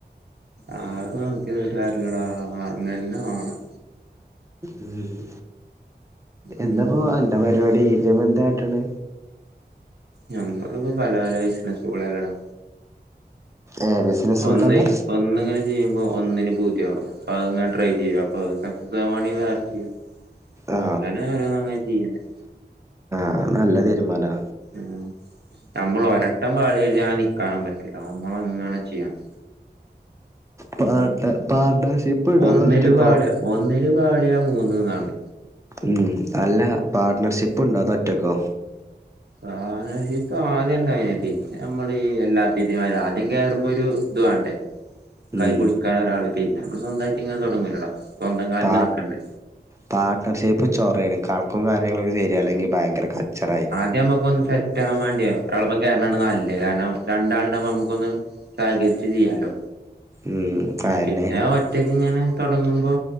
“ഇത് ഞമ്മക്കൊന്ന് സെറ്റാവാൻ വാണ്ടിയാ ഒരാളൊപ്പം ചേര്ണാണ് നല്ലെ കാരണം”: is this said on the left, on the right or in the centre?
Right